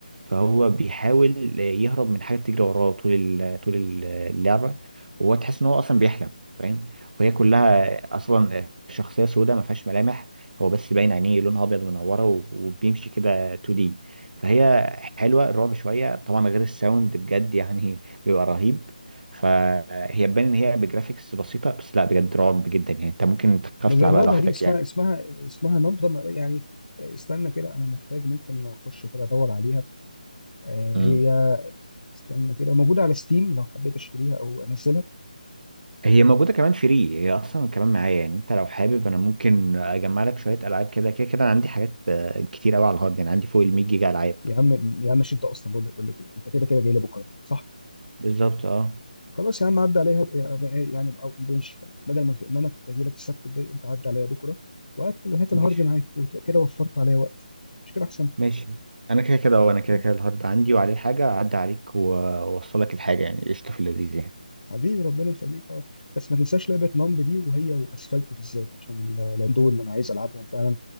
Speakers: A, on the right; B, on the left.
A: فهو بيحاول يهرب من حاجه بتجري وراه طول ال- طول اللعبه وهو تحس ان هو اصلا بيحلم فاهم وهي كلها اصلا شخصيه سوداء ما فيهاش ملامح هو بس باين عينيه لونها ابيض منوره و- وبيمشي كده 2 دي فهي حلوه الرعب شويه طبعا غير الساوند بجد يعني <laughs> بيبقى رهيب فهي تبان ان هي بجرافيكس بسيطه بس لا بجد رعب جدا يعني انت ممكن تخاف
B: نجربها
A: تلعبها لوحدك
B: دي اسمها اسمها اسمها نبضة م- يعني استنى كده انا محتاج ممكن اخش كده ادور عليها آه،
A: يعني
B: هي استنى كده موجودة على ستيم لو حبيت اشتريها او انزلها
A: هي موجودة كمان فري هي أصلا كمان معايا يعني أنت لو حابب أنا ممكن أجمع لك شوية ألعاب كده كده كده أنا عندي حاجات آه، كتير أوي على الهارد يعني عندي فوق ال 100 جيجا ألعاب
B: يا عم يا عم مش انت اصلا بقول لك بقول لك إيه، انت كده كده جاي لي بكره صح
A: بالظبط أه
B: خلاص يا عم عدى عليها آه، يعني أو ماشي خلاص بدل ما ما انا كنت اجي لك السبت الجاي انت عدى عليا بكره وهات هات
A: ماشي
B: الهارد معاك وتبقى كده وفرت عليا وقت مش كده احسن
A: ماشي أنا كده كده أه أنا كده
B: اه
A: كده الهارد عندي وعليه حاجة أعدي عليك وأوصلك الحاجة يعني قشطة في اللذيذ يعني
B: حبيبي ربنا يخليك اه بس ما تنساش لعبه نمب دي وهي واسفلت بالذات عشان ال- لان دول اللي انا عايز العبهم فعلا